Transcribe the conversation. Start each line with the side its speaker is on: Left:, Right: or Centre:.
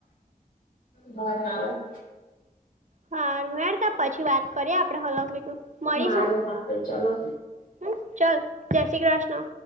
Left: બરાબર.
Right: હારુ હેડતો પછી વાત કરીએ આપણે. આપ હ બીધું મળીશું
Left: હારું હારું ચલો
Right: હ ચાલ જય શ્રી કૃષ્ણ.